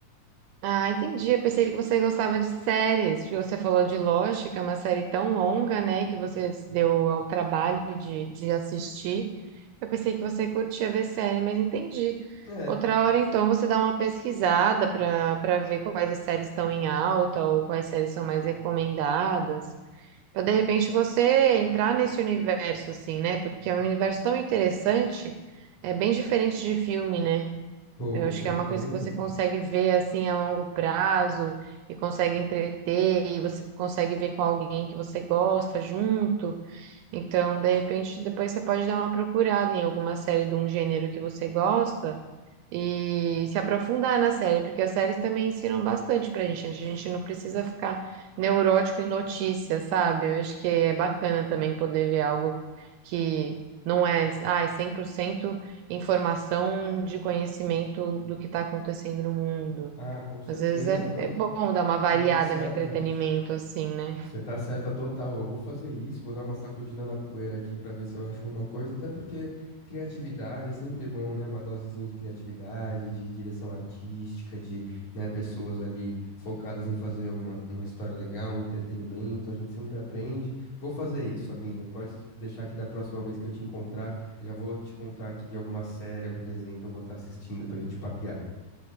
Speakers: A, on the right; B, on the left.
A: Ah, entendi. Eu pensei que você gostava de séries, porque você falou de Lost, que é uma série tão longa, né, que você se deu ao trabalho de, de assistir. Eu pensei que você curtia ver série, mas entendi.
B: É,
A: Outra hora, então, você dá uma pesquisada para para ver quais as séries estão em alta ou quais séries são mais recomendadas. Para de repente você entrar nesse universo, assim, né? Porque é um universo tão interessante, é bem diferente de filme, né?
B: pô,
A: Eu
B: com
A: acho
B: certeza.
A: que é uma coisa que você consegue ver assim a longo prazo e consegue entreter e você consegue ver com alguém que você gosta junto. Então, de repente, depois você pode dar uma procurada em alguma série de um gênero que você gosta e se aprofundar na série, porque as séries também ensinam bastante pra gente. né? A gente não precisa ficar neurótico em notícias, sabe? Eu acho que é bacana também poder ver algo que não é, ai, 100% informação de conhecimento do que está acontecendo no mundo.
B: Ah, com certeza.
A: Às vezes é,
B: Não,
A: é bom dar uma variada
B: você tá certa.
A: no entretenimento, assim, né?
B: Você tá certa total. Eu vou fazer isso, vou dar uma sacudida na poeira aqui pra ver se eu acho alguma coisa, até porque criatividade é sempre bom, né? Uma dosezinha de criatividade, de direção artística, de, né, pessoas ali focadas em fazer uma, uma história legal, um entretenimento. A gente sempre aprende. Vou fazer isso, amiga. Pode deixar que da próxima vez que eu te encontrar, já vou te contar aqui de alguma série, algum desenho que eu vou estar assistindo pra gente papear.